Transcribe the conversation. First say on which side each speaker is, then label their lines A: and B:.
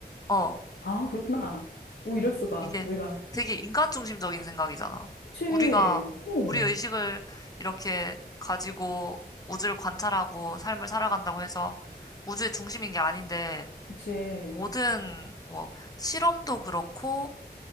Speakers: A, on the left (about 20°); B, on the left (about 75°).
A: 어, 어.
B: 아, 그렇구나. 오, 이럴 수가.
A: 이게
B: 우리가.
A: 되게 인간 중심적인 생각이잖아.
B: 그치.
A: 우리가
B: 오,
A: 우리 의식을 이렇게 가지고 우주를 관찰하고 삶을 살아간다고 해서 우주의 중심인 게 아닌데
B: 그치.
A: 모든 뭐 실험도 그렇고